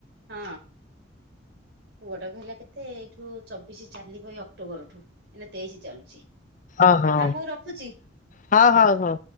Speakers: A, on the right; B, on the left.
A: ହଁ। ପୁଅ ଟାକୁ ହେଲା କେତେ ଏଇଠୁ ଚବିଶି ଚାଲିବ ଏଇ ଅକ୍ଟୋବରଠୁ ଏଇନା ତେଇଶି ଚାଲୁଛି,
B: ଓହୋ
A: ଆଉ ହଉ ରଖୁଚି।
B: ହଁ ହଉ ହଉ।